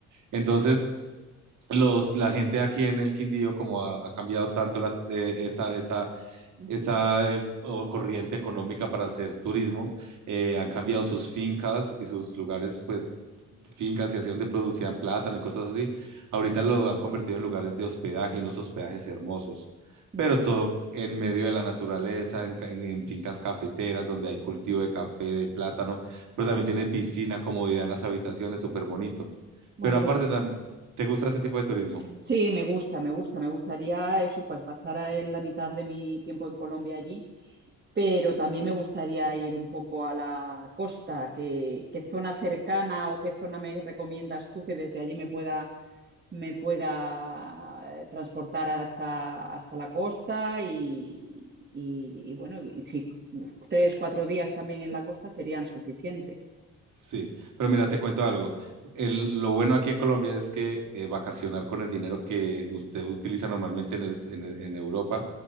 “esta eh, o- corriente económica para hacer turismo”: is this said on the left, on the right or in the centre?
Right